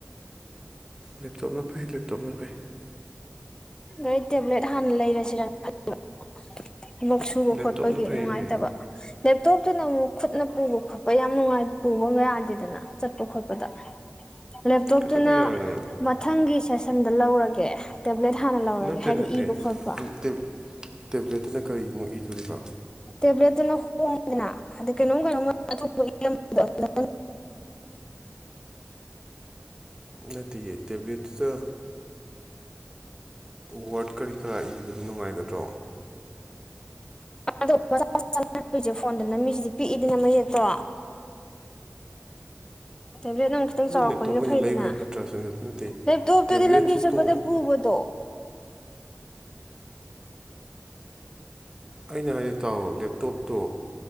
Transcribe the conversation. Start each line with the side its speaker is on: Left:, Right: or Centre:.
Right: ꯂꯦꯞꯇꯣꯞꯅ ꯐꯩ ꯂꯦꯞꯇꯣꯞꯅ ꯐꯩ
Left: ꯑꯩ ꯇꯦꯕ꯭ꯂꯦꯠ ꯍꯥꯟꯅ ꯂꯩꯔꯁꯤꯔꯅ ꯈꯟꯕ ꯊꯕꯛ ꯁꯨꯕ
Right: ꯂꯦꯞꯇꯣꯞꯅ
Left: ꯈꯣꯠꯄꯒꯤ
Right: ꯐꯩꯃꯤ
Left: ꯅꯨꯡꯉꯥꯏꯇꯕ ꯂꯦꯞꯇꯣꯞꯇꯨꯅ ꯑꯃꯨꯛ ꯈꯨꯠꯅ ꯄꯨꯕ ꯈꯣꯠꯄ ꯌꯥꯝ ꯅꯨꯡꯉꯥꯏꯅ ꯄꯨꯕ ꯌꯥꯗꯦꯗꯅ ꯆꯠꯄ ꯈꯣꯠꯄꯗ꯫ ꯂꯦꯞꯇꯣꯞꯇꯨꯅ
Right: ꯀꯩꯗꯧꯕ ꯌꯥꯔꯣꯏꯗꯣꯏꯅꯣ
Left: ꯃꯊꯪꯒꯤ ꯁꯦꯁꯟꯗ ꯂꯧꯔꯒꯦ ꯇꯦꯕ꯭ꯂꯦꯠ ꯍꯥꯟꯅ ꯂꯧꯔꯒꯦ
Right: ꯅꯠꯇꯦ
Left: ꯍꯥꯏꯗꯤ
Right: ꯅꯠꯇꯦ
Left: ꯏꯕ ꯈꯣꯠꯄ
Right: ꯇꯦ ꯇꯦꯕ꯭ꯂꯦꯠꯇꯅ ꯀꯔꯤꯃꯨꯛ ꯏꯗꯣꯔꯤꯕꯣ
Left: ꯇꯦꯕ꯭ꯂꯦꯠꯇꯨꯅ ꯍꯣꯡꯉꯤꯗꯅ ꯑꯗ ꯀꯩꯅꯣꯝ ꯀꯩꯅꯣ <unintelligible>
Right: ꯅꯠꯇꯣꯌꯦ ꯇꯦꯕꯂꯦꯠꯇꯨꯗꯥ ꯋꯥꯔꯗ ꯀꯔꯤ ꯀꯔꯥ ꯏꯕꯗꯨ ꯅꯨꯡꯉꯥꯏꯒꯗ꯭ꯔꯣ
Left: <unintelligible> ꯐꯣꯟꯗ ꯅꯝꯃꯤꯁꯤꯗꯤ ꯄꯤꯛꯏꯗꯅ ꯃꯌꯦꯛꯇꯣ ꯇꯦꯕꯂꯦꯇꯅꯥ ꯑꯃꯨꯛ ꯈꯤꯇꯪ
Right: ꯑꯗꯣ
Left: ꯆꯥꯎꯔꯛꯄꯅꯤꯅ
Right: ꯂꯦꯞꯇꯣꯞ ꯑꯣꯏꯅ
Left: ꯐꯩꯗꯅ
Right: ꯂꯩꯕꯅ ꯐꯠꯇ꯭ꯔꯥ ꯁꯟꯗ ꯅꯠꯇꯦ
Left: ꯂꯦꯞꯇꯣꯞꯇꯨꯗꯤ
Right: ꯇꯦꯕ꯭ꯂꯦꯠꯁꯨ
Left: ꯂꯝꯕꯤ
Right: ꯇꯣꯛꯑꯣ
Left: ꯆꯠꯄꯗ ꯄꯨꯕꯗꯣ
Right: ꯑꯩꯅ ꯍꯥꯏꯖꯦ ꯇꯥꯎ ꯂꯦꯞꯇꯣꯞꯇꯣ